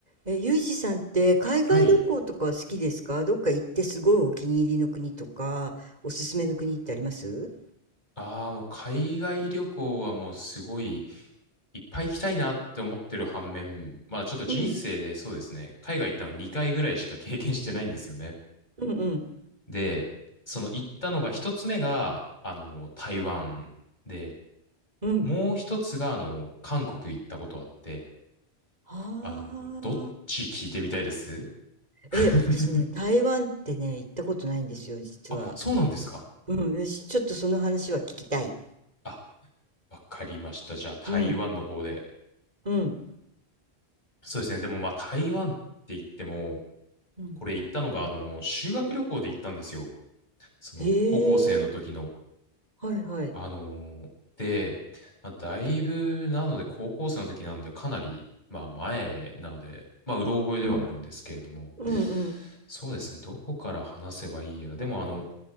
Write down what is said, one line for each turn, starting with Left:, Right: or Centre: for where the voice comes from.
Right: え、ユージさんって海外旅行とか好きですかどっか行ってすごいお気に入りの国とか、
Left: はい。
Right: おすすめの国ってあります
Left: ああ、もう海外旅行はもうすごいいっぱい行きたいなって思ってる反面、まあちょっと人生でそうですね、
Right: うん、
Left: 海外行ったの2回ぐらいしか経験してないんですよね。
Right: うんうん
Left: で、その行ったのが一つ目が、あの、台湾で、
Right: うん
Left: もう一つが、あの、韓国行ったことあって、
Right: ああ
Left: あの、どっち聞いてみたいです <laughs>
Right: ー、え、私ね、台湾ってね、行ったことないんですよ、実は。
Left: あ、そうなんですか
Right: うん、よし、ちょっとその話は聞きたい。
Left: あ、わかりました。じゃあ台湾の方で。
Right: うんうん
Left: そうですね。でもまあ台湾って言っても、
Right: うん
Left: これ行ったのが、あの、修学旅行で行ったんですよ。その、
Right: へ
Left: 高校生の時の。
Right: え、はいはい、
Left: あのーで、まあ、だいぶ、なので、高校生の時なんで、かなり、まあ、前なので、まあ、うろ覚えではあるんですけれども、
Right: うんうんうん
Left: そうですね、どこから話せばいいやら、でも、あの、